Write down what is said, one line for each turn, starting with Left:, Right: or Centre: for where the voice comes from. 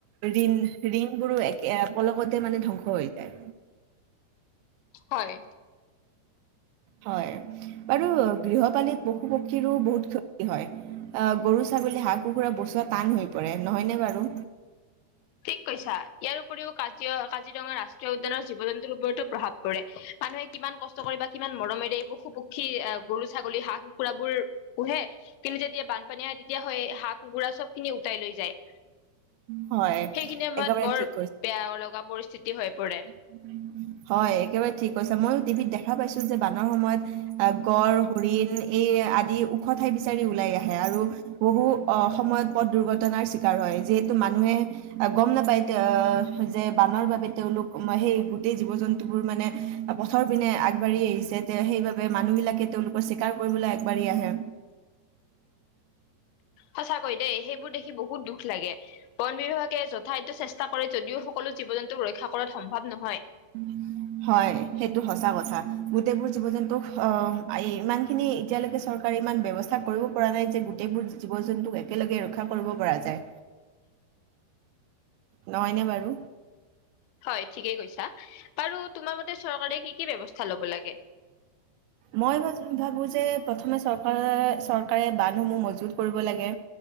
Right: ঋণ ঋণ বোৰো একে আ পলকতে মানে ধ্বংস হৈ যায়
Left: হয়
Right: হয় বাৰু গৃহপালিত পশু পক্ষীৰো বহুত ক্ষতি হয়। অ, গৰু ছাগলী হাঁহ কুকুৰা বচোৱা টান হৈ পৰে নহয়নে বাৰু?
Left: ঠিক কৈছা ইয়াৰ উপৰিও কাজ কাজিৰঙা ৰাষ্ট্ৰীয় উদ্যানৰ জীৱ জন্তুৰ ওপৰতো প্ৰভাৱ পৰে। মানুহে কিমান কষ্ট কৰি বা কিমান মৰমেৰে পশু, পক্ষী, গৰু, ছাগলী, হাঁহ কুকুৰা বোৰ পোহে। কিন্তু যেতিয়া বানপানী আহে তেতিয়া হয় হাঁহ কুকুৰা চব খিনি উটাই লৈ যায়-
Right: হয়।
Left: সেইখিনি সময়ত
Right: একেবাৰে
Left: বৰ
Right: ঠিক
Left: বেয়া‌ লগা পৰিস্থিতি হৈ পৰে।
Right: উম। হয় একেবাৰে ঠিক কৈছে মইো টিভিত দেখা পাইছো যে বানৰ সময়ত গঁড় হৰিণ এই আদি ওখ ঠাই বিচাৰি ওলাই আহে আৰু বহু অ' সময়ত পথ দুৰ্ঘটনাৰ চিকাৰ হয় যিহেতু মানুহে গম নাপাই এতি যে বানৰ বাবে তেওঁলোক সেই গোটেই জীৱ জন্তুবোৰ মানে পথৰ পিনে আগবাঢ়ি আহিছে। সেইবাবে মানুহ বিলাকে তেওঁলোকৰ চিকাৰ কৰিবলৈ আগবাঢ়ি আহে।
Left: সঁচাকৈ দেই সেইবোৰ দেখি বহুত দুখ লাগে বন বিভাগে য ঠাইতো চেষ্টা কৰে যদিও সকলো জীৱ জন্তুক ৰক্ষা কৰাত সম্ভৱ নহয়।
Right: উম। হয় সেইটো সঁচা কথাা গোটেইবোৰ জীৱ জন্তুক আহ, ইমান খিনি এতিয়ালৈকে চ ইমান ব্যৱস্থা কৰিব পৰা নাই যে গোটেইবোৰ জীৱ জন্তুক একেলগে ৰক্ষা কৰিব পৰা যায়। নহয়নে বাৰু?
Left: হয় ঠিকেই কৈছা বাৰু তোমাৰ মতে চৰকাৰে কি কি ব্যৱস্থা ল'ব লাগে?
Right: মই ভ ভাবোঁ যে প্ৰথমে চৰকাৰ চৰকাৰে বান্ধসমূহ মজবুত কৰিব লাগে।